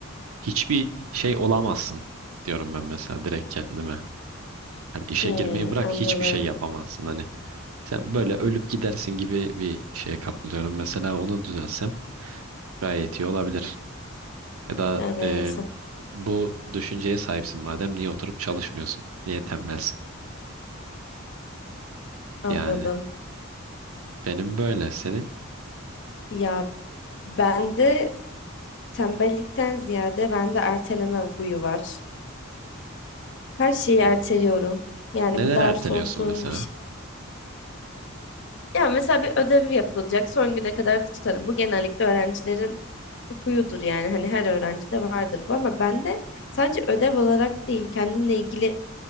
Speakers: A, on the right; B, on the left.
A: hiçbir şey olamazsın diyorum ben mesela direkt kendime. Hani işe
B: Hmm,
A: girmeyi bırak
B: anladım.
A: hiçbir şey yapamazsın hani. Sen böyle ölüp gidersin gibi bir şeye kapılıyorum. Mesela onu düzelsem gayet iyi olabilir. Ya da
B: Yani
A: ee,
B: sen-
A: bu düşünceye sahipsin madem niye oturup çalışmıyorsun? Niye tembelsin?
B: anladım.
A: Yani benim böyle senin.
B: Ya ben de tembellikten ziyade bende erteleme huyu var. Her şeyi
A: Hmm.
B: erteliyorum. Yani
A: Neler
B: bu ders
A: erteliyorsun
B: olsun
A: mesela?
B: bir şey. Ya mesela bir ödevi yapılacak son güne kadar tutarım. Bu genellikle öğrencilerin huyudur yani. Hani her öğrencide vardır bu ama bende sadece ödev olarak değil kendimle ilgili